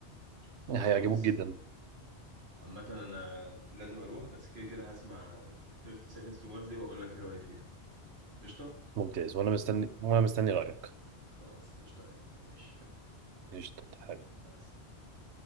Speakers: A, on the right; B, on the right.
A: خلاص
B: هيعجبوك
A: بص
B: جدا
A: عامة أنا لازم أروح بس كده كده هسمع 30 seconds to Mars دي وأقول لك إيه رأيي فيها قشطة؟
B: ممتاز وانا مستني وانا مستني رايك
A: خلاص قشطة يعني ماشي
B: قشطه حبيبي.
A: مع السلامة.